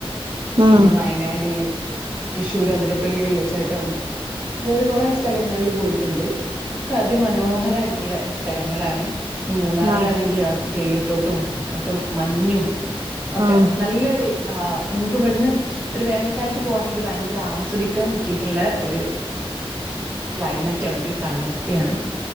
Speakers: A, on the right; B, on the right.
A: ഉം
B: പിന്നെ വയനാട് തൃശ്ശൂർ ആതിരപ്പള്ളി വെള്ളിച്ചാട്ടം അതുപോലെ കൊറെേ സ്ഥലങ്ങളിൽ പോയിട്ടുണ്ട് ഒക്കെ അതിമനോഹരായിട്ടുള്ള സ്ഥലങ്ങളാണ് ഇപ്പ മൂന്നാറിലാണെങ്കിൽ
A: ആഹ്
B: അവിടു തേയിലത്തോട്ടം അവിടുത്തെ മഞ്ഞും ഒക്കെ
A: ഉം
B: നല്ലൊരു ആ നമുക്ക് ഇവിടുന്ന് ഒരു വേനൽക്കാലത്ത് പോകുവാണെങ്കിൽ ഭയങ്കര ഭയങ്കര ആസ്വദിക്കാൻ പറ്റിയിട്ടുള്ള ഒരു ക്ലൈമറ്റ് ആണ് ഒരു കാലാവസ്ഥയാണ്